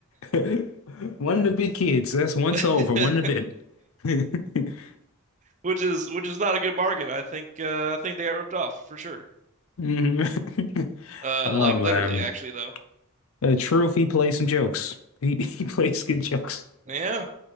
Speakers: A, on the left; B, on the right.
A: <laughs> One of the big kids. That's one
B: <laughs>
A: soul for one of the bit. <laughs>
B: Which is which is not a good bargain. I think uh, I think they got ripped off for sure.
A: Mhm.
B: Uh,
A: <laughs> Oh
B: like
A: man.
B: literally, actually, though.
A: The truth, he plays some jokes. He <laughs> he plays good jokes.
B: Yeah.